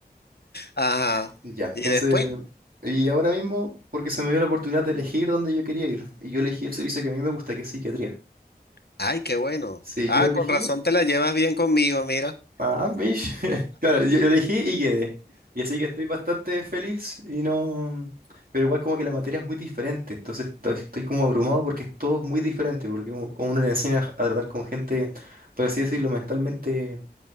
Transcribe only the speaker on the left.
Ajá.
Y después,
ay, qué bueno.
Ah,
con razón te la llevas bien conmigo, mira.